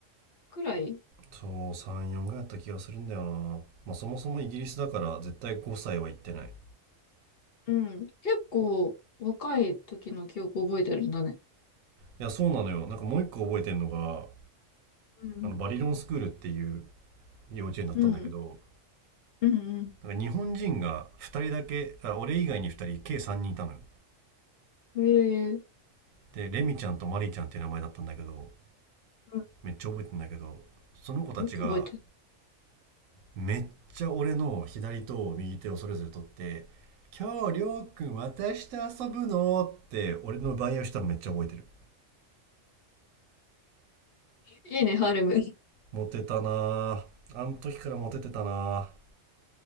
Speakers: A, on the left; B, on the right.
A: くらい
B: そう、3、4ぐらいだった気がするんだよな。まあそもそもイギリスだから絶対5歳は行ってない。
A: うん。結構若い時の記憶覚えてるんだね。
B: いや、そうなのよ。なんかもう一個覚えてるのが、
A: うん。
B: あのバリロンスクールっていう幼稚園だったんだけど
A: うん。うん、
B: なんか日本人が2人だけあ俺以外に2人計3人いたのよ
A: うん。ええ
B: でレミちゃんとマリちゃんっていう名前だったんだけど
A: うん。
B: めっちゃ覚えてんだけどその子たちが
A: よく覚えてる。
B: めっちゃ俺の左と右手をそれぞれ取って「今日りょうくん私と遊ぶの?」って俺の奪い合いをしたのめっちゃ覚えてる
A: いいね、ハーレム。
B: モテたなああの時からモテてたなぁ